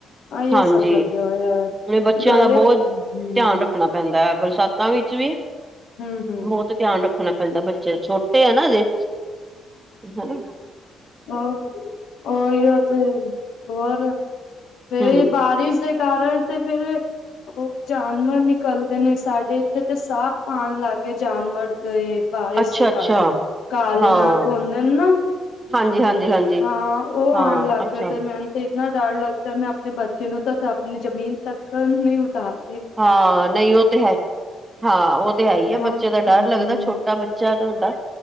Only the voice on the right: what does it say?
ਹਾਂਜੀ,
ਮੇ ਬੱਚੇਆਂ
ਦਾ ਬੋਤ
ਧੇਆਨ ਰੱਖਨਾ ਪੈਂਦੈ, ਬਰਸਾਤਾਂ ਵਿੱਚ ਵੀ
ਬੋਤ ਧੇਆਨ ਰੱਖਨਾ ਪੈਂਦੈ ਬਚ ਚ ਛੋਟੇ ਐ ਨਾ ਅਜੇ, ਹੂੰ।
ਹਮ
ਅੱਛਾ
ਅੱਛਾ
ਹਾਂ
ਹਾਂਜੀ, ਹਾਂਜੀ, ਹਾਂਜੀ।
ਹਾਂ
ਅੱਛਾ
ਹਾਂ ਨਈ ਓ ਤੇ ਹੈ, ਹਾਂ ਓ ਤੇ ਹੈਈ ਏ,
ਬੱਚੇ ਦਾ
ਡਾਰ ਲਗਦੈ ਛੋਟਾ ਬੱਚ ਬੱਚੈ ਤੂਆਡਾ।